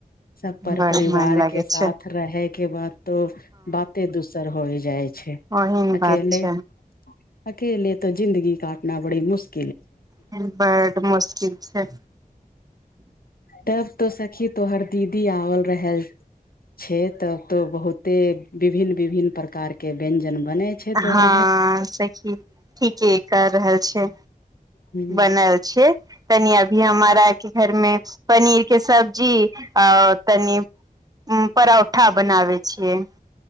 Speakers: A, on the left; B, on the right.
A: सब पर
B: बड
A: परिवार
B: मन लगे
A: के साथ
B: छै
A: रहै के बाद तो बाते दुस् सर होइ जाइ छै
B: ओह ने
A: अकेले
B: बात छै
A: अकेले तो जिन्दगी काटना बड़ी मुशक
B: ह बड मुश्किल छै
A: तब तो सखी तोहर दीदी आओल रहल छैे तब तो बहुते विभिन्न विभिन्न प्रकार के व्यंजन बने छै
B: हँ
A: तोहर घर
B: सखी ठीके कर रहल छी
A: ह
B: बनल छै तनी अभी हमरा घरमे पनीर के सब्जी आऔर तनी परौठा बनाव छियै